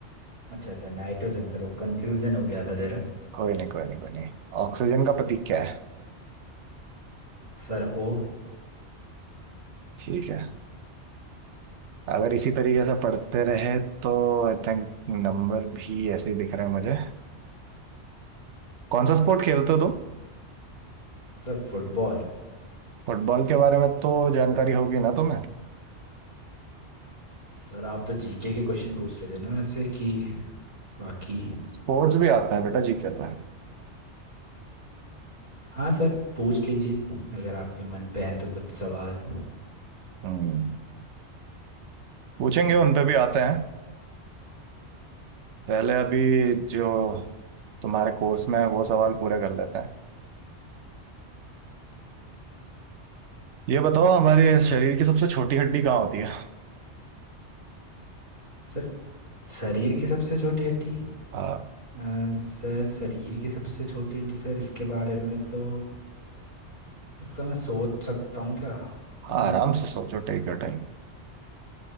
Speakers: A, on the right (about 35°); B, on the right (about 80°).
A: अच्छा सर नाइट्रोजन सर वो कंफ्यूजन हो गया था जरा
B: कोई नहीं कोई नहीं कोई नहीं ऑक्सीजन का प्रतीक क्या है
A: सर ओ
B: ठीक है अगर इसी तरीके से पढ़ते रहे तो आई थिंक नंबर भी ऐसे ही दिख रहे हैं मुझे कौन सा स्पोर्ट खेलते हो तुम
A: Sir football
B: फुटबॉल के बारे में तो जानकारी होगी ना तुम्हें
A: सर आप तो जीके के क्वेश्चन पूछ रहे थे ना वैसे कि बाकी
B: स्पोर्ट्स भी आता है बेटा जी कर रहा है
A: हाँ सर पूछ लीजिए अगर आपके मन पे हैं तो कुछ सवाल
B: हम्म पूछेंगे उन पे भी आते हैं पहले अभी जो तुम्हारे कोर्स में है वो सवाल पूरे कर लेते हैं ये बताओ हमारे शरीर की सबसे छोटी हड्डी कहाँ होती है
A: सर शरीर की सबसे छोटी हड्डी
B: आ,
A: अ, सर शरीर की सबसे छोटी हड्डी सर इसके बारे में तो सर मैं सोच सकता हूँ क्या
B: हाँ
A: अ,
B: आराम से सोचो टेक योर टाइम